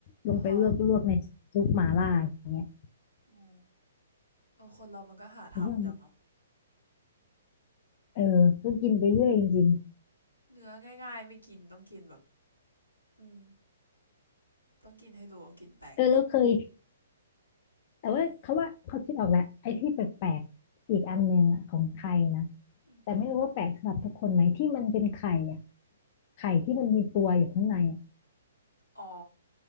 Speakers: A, on the left; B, on the left.
A: ลงไปลวกลวกในซุปหม่าล่าอย่างเงี้ย
B: อ๋อฮะ อ๋อเออคนเรามันก็หาทำจังเนาะ
A: แล้วก็เออก็กินไปเรื่อยจริง
B: เนื้อง่ายๆไม่กินต้องกินแบบอืมต้องกินให้รู้ว่ากินแปลกเป็น
A: ๆเออแล้วเคยแต่ว่าเขาว่าเขาคิดออกแหละไอ้ที่แปลกๆอีกอันหนึ่งอะของไทยนะ
B: อืมอือหือ
A: แต่ไม่รู้ว่าแปลกสำหรับทุกคนไหมที่มันเป็นไข่อะไข่ที่มันมีตัวอยู่ข้างในอะ
B: อ๋อ